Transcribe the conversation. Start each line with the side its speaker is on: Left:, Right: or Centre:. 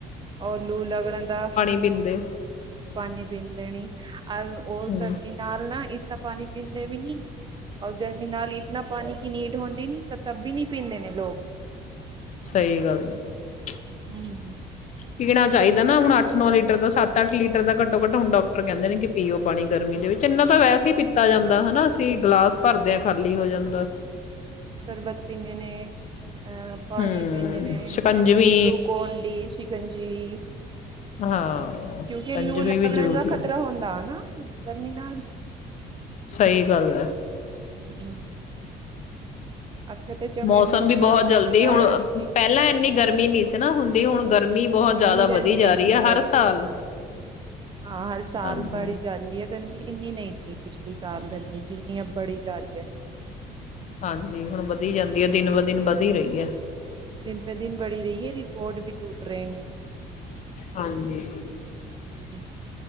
Right: ਔਰ ਲੂ ਲਗਣਾ ਦਾ,
Left: ਪੀਂਦੇ
Right: ਪਾਣੀ ਪੀਂਦੇ ਨਈ। ਅਰ
Left: ਹੂੰ,
Right: ਔਰ ਸਰਦੀ ਨਾਲ ਨਾ ਇ ਨਾ ਪਾਣੀ ਪੀਂਦੇ ਵੀ ਨੀ, ਔਰ ਗਰਮੀ ਨਾਲ ਇਤਨਾ ਪਾਣੀ ਕੀ ਨੀਡ ਹੁੰਦੀ ਨੀ, ਤਾਂ ਤਬ ਵੀ ਨੀ ਪੀਂਦੇ ਨੇ ਲੋਕ।
Left: ਸਈ ਗੱਲ ਐ।
Right: ਹੂੰ ਹੂੰ।
Left: ਪੀਣਾ ਚਾਹੀਦਾ ਨਾ, ਹੁਣ ਅੱਠ ਨੌ ਲੀਟਰ ਦਾ, ਸੱਤ ਅੱਠ ਲੀਟਰ ਦਾ ਘੱਟੋ ਘੱਟ ਹੁਣ ਡਾਕਟਰ ਕਹਿੰਦੇ ਨੇ ਪੀਓ ਪਾਣੀ। ਗਰਮੀ ਦੇ ਵਿੱਚ ਤਿਨ ਤਾਂ ਵੈਸ ਈ ਪੀਤਾ ਜਾਂਦਾ, ਹਨਾ ਅਸੀਂ ਗਲਾਸ ਭਰਦੇ ਆਂ ਖਾਲੀ ਹੋ ਜਾਂਦਾ।
Right: ਸਰਬਤ ਪੀਨੇ ਨੇ ਅਹ ਪਾਣੀ
Left: ਹਮ
Right: ਪੀਂਦੇ ਨੇ,
Left: ਸ਼ਿਕੰਜਵੀ
Right: ਗਲੂਕੋਨ ਡੀ, ਸ਼ਿਕੰਜੀਵੀ,
Left: ਹਾਂ ਸ਼ਿਕੰਜਵੀ
Right: ਕਿਉਂਕਿ ਲੂ ਲਗਣੇ
Left: ਵੀ ਜ਼ਰੂਰੀ
Right: ਦਾ ਖ਼ਤਰਾ
Left: ਹੈ
Right: ਹੁੰਦਾ ਹਨਾ ਗਰਮੀ ਨਾਲ।
Left: ਸਹੀ ਗੱਲ ਹੈ
Right: ਹੂੰ। ਹੂੰ। ਅੱਖ ਤੇ ਚਮੜੀ
Left: ਮੌਸਮ
Right: ਨੂੰ ਨੁਕਸਾਨ
Left: ਵੀ ਬਹੁਤ
Right: ਪਹੁੰਚਦਾ
Left: ਜਲਦੀ ਹੁਣ
Right: ਹੈ। ਨਈ,
Left: ਪਹਿਲਾਂ ਇੰਨੀ ਗਰਮੀ ਨਹੀਂ
Right: ਇਨੀ
Left: ਸੀ ਨਾ ਹੁੰਦੀ ਹੁਣ ਗਰਮੀ ਬਹੁਤ ਜ਼ਿਆਦਾ
Right: ਗਰਮੀ
Left: ਵਧੀ ਜਾ
Right: ਨਈ
Left: ਰਹੀ
Right: ਸੀ
Left: ਹੈ
Right: ਪਹਿਲਾਂ।
Left: ਹਰ ਸਾਲ
Right: ਹਾਂ ਹਰ ਸਾਲ
Left: ਹਾਂਜੀ
Right: ਬੜ ਈ ਜਾਂਦੀ ਆ ਗਰਮੀ ਇੰਨੀ ਨਹੀਂ ਥੀ ਪਿਛਲੀ ਸਾਲ ਗਰਮੀ ਜਿੰਨੀ ਅਬ ਬੜੀ ਜਾ ਰਈ ਐ।
Left: ਹਾਂਜੀ, ਹੁਣ ਵਧੀ ਜਾਂਦੀ ਆ, ਦਿਨ ਬ ਦਿਨ ਵਧ ਈ ਰਹੀ ਆ।
Right: ਦਿਨ ਪੇ ਦਿਨ ਬੜੀ ਰਹੀ ਹੈ ਰਿਕਾਰਡ ਵੀ ਟੂਟ ਰਹੇ
Left: ਹਾਂਜੀ।
Right: ਨੇ